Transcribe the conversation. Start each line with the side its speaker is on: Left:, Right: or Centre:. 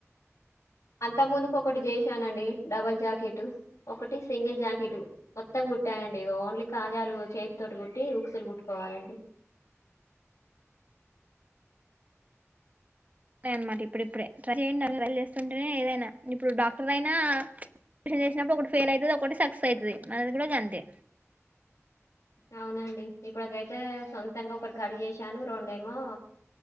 Left: అంత ముందుకు ఒకటి చేశానండి డబల్ జాకెటు ఒకటి సింగిల్ జాకెటు మొత్తం కుట్టానండి. ఇగ ఓన్లీ కాజాలు చేతి తోటి కుట్టీ ఉక్స్ లు కుట్టుకోవాలఅండి
Right: అదే అనమాట ఇప్పుడు ఇప్పుడే ట్రై చేయండి ట్రై చేస్తుంటేనే ఏదైనా ఇప్పుడు డాక్టరైనా ఆపరేషన్ చేసినప్పుడు ఒకటి ఫెల్ అయితది ఒకటి సక్సెస్ అయితది అది గుడ గంతే
Left: అవునండి ఇప్పటికైతే సొంతంగా ఒకటి కడ్ చేశాను రెండేమో